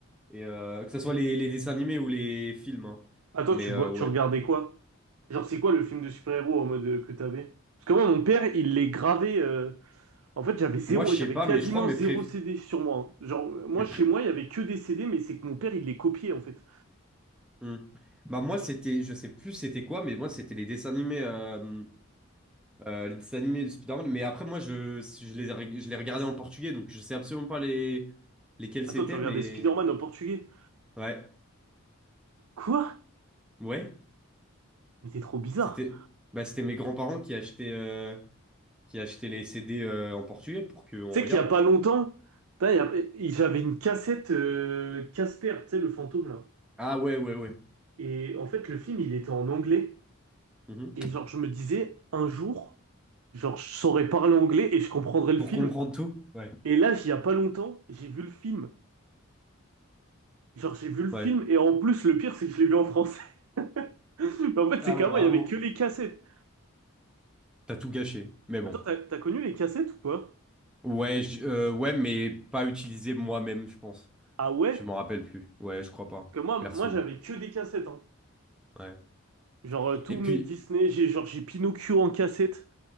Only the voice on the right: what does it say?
Attends,
tu
vois,
tu regardais quoi? Genre, c'est quoi le film de super-héros en mode euh, que t'avais? Parce que moi, mon père, il les gravait. euh, En fait, j'avais zéro,
j'avais
quasiment
zéro
CD sur moi. hein. Genre, euh, moi,
chez
moi, il y avait que des CD, mais c'est que mon père, il les copiait, en fait.
Attends,
tu regardais
Spider-Man en portugais.
Quoi?
Mais t'es trop bizarre.
Tu
sais qu'il y a pas longtemps, putain, il y a- il- j'avais une cassette euh, Casper, tu sais, le fantôme, là.
Et en fait, le film, il était en anglais.
Et genre, je me disais, un jour, genre, je saurais parler anglais et je comprendrais le
film.
Et là, il y a pas longtemps, j'ai vu le film. Genre, j'ai vu le film,
et en plus, le pire, c'est que je l'ai vu en français. <laughs> Mais en fait, c'est
qu'avant,
il y avait que les cassettes.
Attends, t'as, t'as connu les cassettes ou pas?
Ah ouais?
Parce que moi,
moi j'avais que des cassettes. hein.
Genre, euh, tous
mes
Disney, j'ai genre j'ai Pinocchio en cassette,